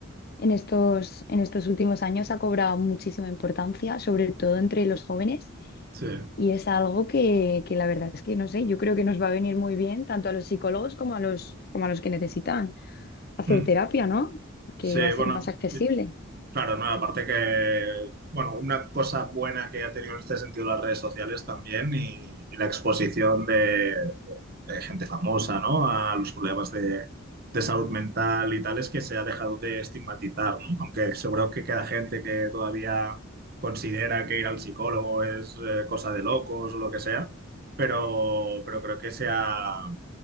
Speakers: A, on the left; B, on the right.
A: en estos, en estos últimos años ha cobrado muchísima importancia, sobre todo entre los jóvenes.
B: Sí.
A: Y es algo que, que la verdad es que no sé, yo creo que nos va a venir muy bien tanto a los psicólogos como a los, como a los que necesitan hacer
B: Mm.
A: terapia, ¿no? Porque
B: Sí,
A: va a ser
B: bueno.
A: más accesible.
B: Claro, no, aparte que, bueno, una cosa buena que ha tenido en este sentido las redes sociales también y, y la exposición de, de- de gente famosa, ¿no? A los problemas de, de salud mental y tal, es que se ha dejado de estigmatizar, ¿no? Aunque seguro que queda gente que todavía considera que ir al psicólogo es eh, cosa de locos o lo que sea, pero, pero creo que se ha,